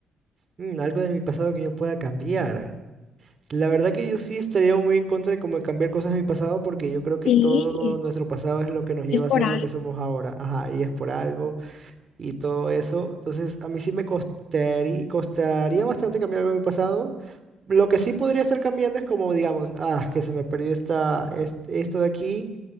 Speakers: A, on the right (about 45°); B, on the left (about 70°).
A: mm, algo de mi pasado que yo pueda cambiar. La verdad que yo sí estaría muy en contra de como de cambiar cosas de mi pasado porque yo creo que
B: Sí,
A: todo nuestro pasado es lo que nos lleva
B: es por
A: a ser
B: algo.
A: lo que somos ahora. Ajá, y es por algo y todo eso. Entonces, a mí sí me costaría, costaría bastante cambiar algo de mi pasado. Lo que sí podría estar cambiando es como, digamos, ah, que se me perdió esta, este- esto de aquí